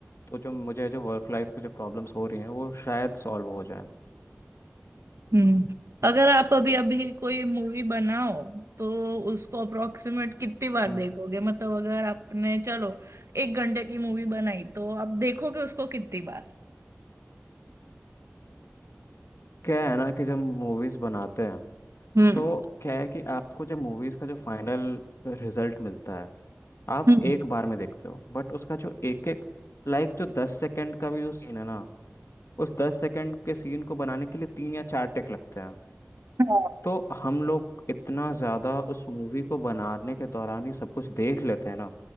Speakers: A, on the left; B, on the right.
A: तो जो मुझे जो वर्क लाइफ में जो प्रॉब्लम्स हो रही हैं वो शायद सॉल्व हो जाए
B: हम्म अगर आप अभी अभी कोई मूवी बनाओ तो उसको अप्रोक्सीमेट कितनी बार
A: हम्म।
B: देखोगे मतलब अगर आपने चलो एक घंटे की मूवी बनाई तो आप देखोगे उसको कितनी बार
A: क्या है ना कि जब मूवीज़ बनाते हैं
B: हम्म
A: तो क्या है कि आपको जब मूवीज़ का जो फाइनल रिजल्ट मिलता है आप
B: हम्म
A: एक बार में देखते हो बट उसका जो एक एक लाइक जो दस सेकेंड का भी जो सीन है ना उस दस सेकेंड के सीन को बनाने के लिए तीन या चार टेक लगते हैं
B: हाँ,
A: तो हम लोग इतना ज्यादा उस मूवी को बनाने के दौरान ही सब कुछ देख लेते हैं ना